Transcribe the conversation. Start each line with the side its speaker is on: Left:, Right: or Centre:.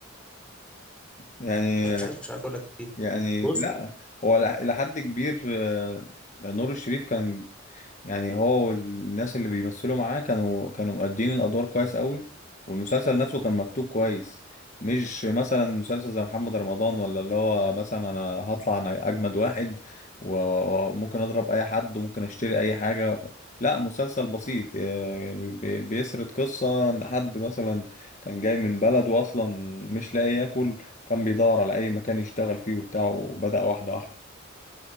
Left: يعني
Centre: مش عارف مش عارف اقول لك ايه
Left: يعني
Centre: بص
Left: لا هو إلى إلى حد كبير آه، نور الشريف كان يعني هو والناس اللي بيمثلوا معاه كانوا كانوا مؤدين الأدوار كويس قوي والمسلسل نفسه كان مكتوب كويس مش مثلا مسلسل زي محمد رمضان ولا اللي هو مثلا أنا هطلع أنا أجمد واحد و- و- وممكن أضرب أي حد وممكن أشتري أي حاجة لا مسلسل بسيط آه، بي- بيسرد قصة إن حد مثلا كان جاي من بلده أصلا مش لاقي ياكل كان بيدور على اي مكان يشتغل فيه وبتاع وبدأ واحده واحده